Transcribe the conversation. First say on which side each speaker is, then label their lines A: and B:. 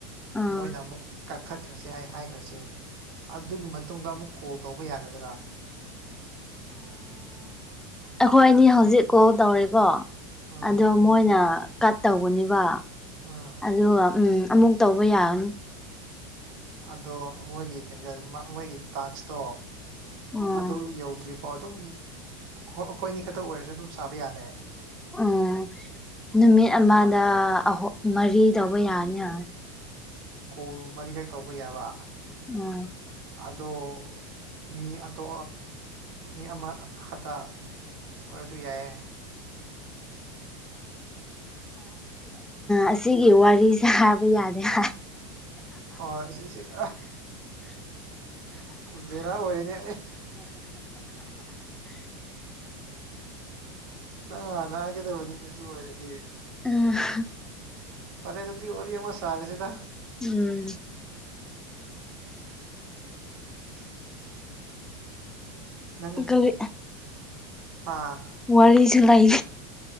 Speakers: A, in the centre; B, on the right (about 60°).
A: ꯑꯥ
B: ꯃꯣꯏꯅ ꯑꯃꯨꯛ ꯀꯛꯊꯠꯈ꯭ꯔꯁꯤ ꯍꯥꯏ ꯍꯥꯏ ꯆꯥꯏꯁꯦ ꯑꯗꯨꯒꯤ ꯃꯇꯨꯡꯗ ꯑꯃꯨꯛ ꯀꯣꯜ ꯇꯧꯕ ꯌꯥꯒꯗ꯭ꯔꯥ
A: ꯑꯩꯈꯣꯏ ꯑꯅꯤ ꯍꯧꯖꯤꯛꯀꯣꯜ ꯇꯧꯔꯤꯀꯣ
B: ꯎꯝ
A: ꯑꯗꯣ ꯃꯣꯏꯅ ꯀꯠ ꯇꯧꯕꯅꯦꯕ
B: ꯎꯝ
A: ꯑꯗꯨꯒ ꯎꯝ ꯑꯃꯨꯛ ꯇꯧꯕ ꯌꯥꯟ
B: ꯑꯗꯣ ꯃꯣꯏꯒꯤ ꯀꯩꯅꯣ ꯃꯣꯏꯒꯤ ꯇꯥꯛꯁꯇꯣ
A: ꯎꯝ
B: ꯑꯗꯨ ꯌꯧꯗ꯭ꯔꯤ ꯑꯣ ꯑꯗꯨꯝ ꯍꯣꯏ ꯑꯩꯈꯣꯏ ꯑꯅꯤ ꯈꯛꯇ ꯑꯣꯏꯔꯁꯨ ꯑꯗꯨꯝ ꯁꯥꯕ ꯌꯥꯅꯤ
A: ꯎꯝ ꯅꯨꯃꯤꯠ ꯑꯃꯗ ꯑ ꯃꯔꯤ ꯇꯧꯕ ꯌꯥꯅꯤ ꯌꯥꯅꯤ
B: ꯀꯣꯜ ꯃꯔꯤꯈꯛ ꯇꯧꯕ ꯌꯥꯕ
A: ꯎꯝ
B: ꯑꯗꯣ ꯃꯤ ꯑꯇꯣ ꯃꯤ ꯑꯃ ꯈꯛꯇ ꯑꯣꯏꯔꯁꯨ ꯌꯥꯏꯑꯦ
A: ꯑꯁꯤꯒꯤ ꯋꯥꯔꯤ ꯌꯥꯕ ꯌꯥꯗꯦ <inaudible>
B: ꯑꯣ ꯁꯤ ꯁꯤꯅꯤ ꯃꯔ ꯑꯣꯏꯔꯤꯗꯤ ꯅꯪ ꯒꯗꯕꯗꯨꯅꯤ ꯑꯗꯨ ꯑꯣꯏꯔꯗꯤ
A: ꯎꯝ
B: ꯐꯔꯦ ꯑꯗꯨꯗꯤ ꯋꯥꯔꯤ ꯑꯃ ꯁꯥꯔꯦꯁꯤꯗ
A: ꯎꯝ
B: <inaudible> ꯅꯪ
A: ꯀꯔꯤ
B: ꯍꯥꯥ
A: ꯋꯥꯔꯤꯁꯨ ꯂꯩ